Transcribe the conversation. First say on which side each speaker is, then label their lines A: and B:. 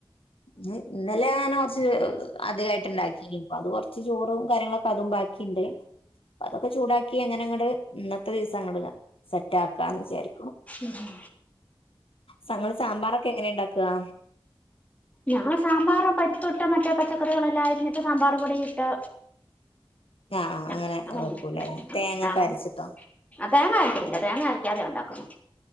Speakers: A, on the left (about 75°); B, on the left (about 15°).
A: ഞാ ഇന്നലെ ഞാന് കൊറച്ച് അധികായിട്ട് ഇണ്ടാക്കീന്. അപ്പ അത് കൊറച്ച് ചോറും കാര്യങ്ങളൊക്കെ അതും ബാക്കിയ്ണ്ട്. അതൊക്കെ ചൂടാക്കി അങ്ങനെ അങ്ങ ട്ട് ഇന്നത്തെ ദിവസം അങ്ങട് സെറ്റാക്കാന്ന് വിചാരി
B: ഉഹും
A: സങ്ങൾ സാമ്പാറൊക്കെ എങ്ങനെ ഇണ്ടാക്കാ?
B: ഞങ്ങള് സാമ്പാറ് പരിപ്പിട്ട് മറ്റേ പച്ചക്കറികളെല്ലാം അരിഞ്ഞിട്ട് സാമ്പാർ പൊടിയിട്ട്
A: ആഹ്
B: അ അങ്ങനെ
A: വെക്കൂലേ തേങ്ങൊക്കെ
B: ആഹ് അങ്ങനെ
A: അരച്ചിട്ടോ
B: ആ തേങ്ങ അരക്കത്തില്ല തേങ്ങ അര ക്കാതെ ഉണ്ടാക്കുന്നു